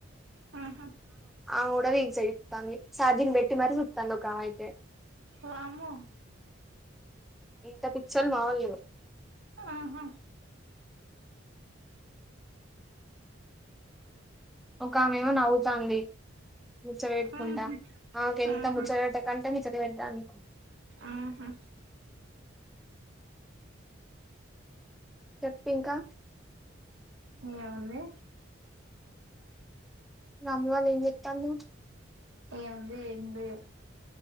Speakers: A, on the right; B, in the centre.
A: ఆహా
B: ఆ కూడా రీల్స్ ఏ జూతంది ఛార్జింగ్ పెట్టి మరి చూస్తంది ఒకామయితే
A: వామ్మో
B: ఇంత పిచోళ్లు మావోళ్లు
A: ఆహా
B: ఒక ఆమె ఎమో నవ్వుతంది. ముచ వెటుకుంటా
A: ఆహా
B: ఆమే ఎంత
A: ఆహా
B: ముచ వెటకంటే ని ఒకటి వెడ్తాను నీకు
A: ఆహా
B: చెప్ ఇంకా
A: ఏముంది
B: మీ మమ్మీ వాళ్ళు ఏం జేతల్లు
A: ఏముంది ఏం లేదు